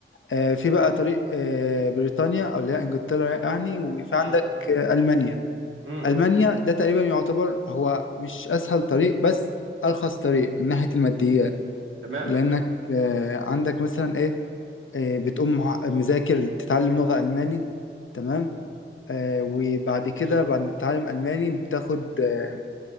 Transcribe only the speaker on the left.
آه، في بقى طريق آه، بريطانيا أو اللي هي إنجلترا يعني وفي
عندك آه، ألمانيا
ألمانيا ده تقريبا يعتبر هو مش أسهل طريق بس أرخص طريق من ناحية الماديات
لأنك آه، عندك مثلا إيه آه، بتقوم مع- مذاكر تتعلم لغة ألماني تمام آه، وبعد كده بعد ما تتعلم ألماني بتاخد آه،